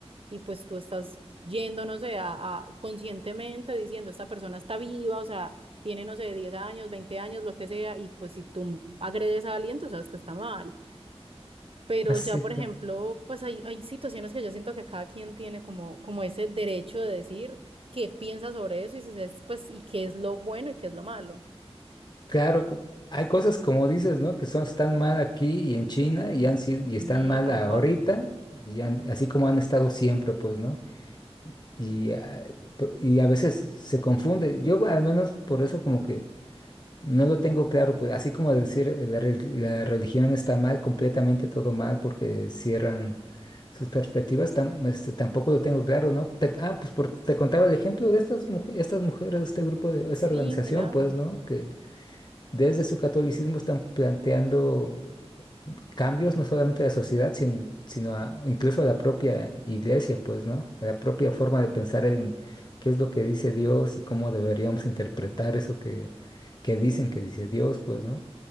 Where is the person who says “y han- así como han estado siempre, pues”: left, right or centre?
Left